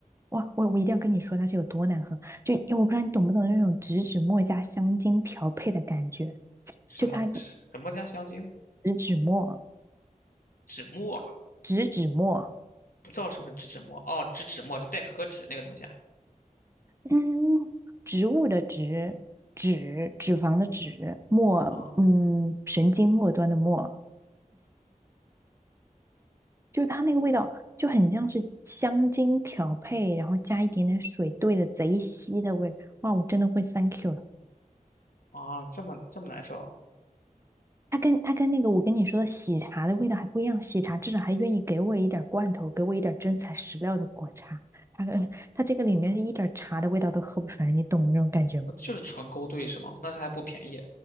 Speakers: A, on the right; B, on the left.
A: 哇，我我一定要跟你说它是有多难喝，就我不知道你懂不懂那种植脂末加香精调配的感觉，
B: 什么什么加香精？
A: 就它植脂末，
B: 纸墨？
A: 植脂末，
B: 不知道什么是纸纸墨？哦，纸纸墨就代可可脂那个东西啊。
A: 嗯，植物的植，脂脂肪的脂，末，
B: 啊
A: 嗯，神经末端的末，就是它那个味道就很像是香精调配，然后加一点点水兑的贼稀的味儿，哇，我真的会 thank you 了。
B: 啊，这么这么难受，
A: 它跟它跟那个我跟你说的喜茶的味道还不一样，喜茶至少还愿意给我一点罐头，给我一点真材实料的果茶。它它这个里面是一点茶的味道都喝不出来，你懂那种感觉吗？
B: 呃就是纯勾兑是吗？那它还不便宜。